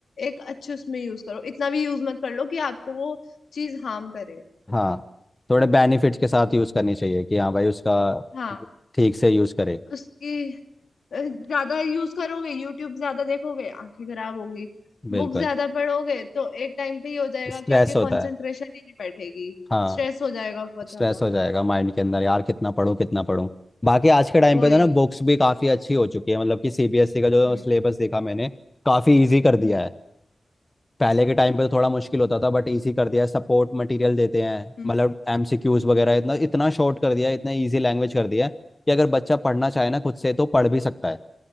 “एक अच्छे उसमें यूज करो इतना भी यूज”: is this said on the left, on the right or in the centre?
Left